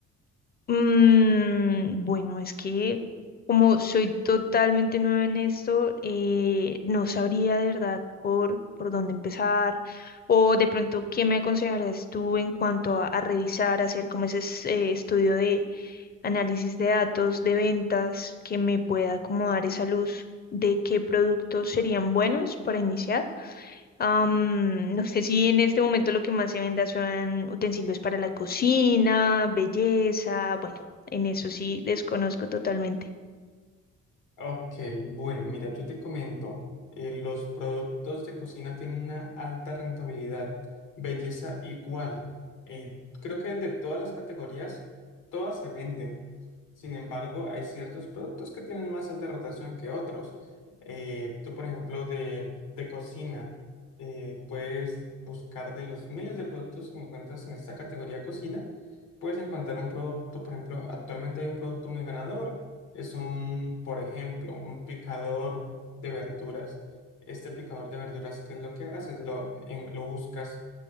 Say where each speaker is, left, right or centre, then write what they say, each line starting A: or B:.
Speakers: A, on the left; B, on the left.
A: Mm, bueno, es que como soy totalmente nueva en esto, eh, no sabría de verdad por, por dónde empezar o de pronto qué me aconsejarías tú en cuanto a, a revisar, hacer como ese es- eh, estudio de, análisis de datos, de ventas, que me pueda acomodar esa luz de qué productos serían buenos para iniciar. Am, no sé si en este momento lo que más se venda son utensilios para la cocina, belleza, bueno, en eso sí desconozco totalmente.
B: Ok, bueno, mira, yo te comento, eh, los productos de cocina tienen una alta rentabilidad, belleza igual. Eh, creo que de todas las categorías, todas se venden. Sin embargo, hay ciertos productos que tienen más alta rotación que otros. Eh, tú, por ejemplo, de, de cocina, eh, puedes buscar de los miles de productos que encuentras en esta categoría cocina, puedes encontrar un producto, por ejemplo, actualmente hay un producto muy ganador es un, por ejemplo, un picador de verduras. Este picador de verduras, ¿qué es lo que haces? Lo, en- lo buscas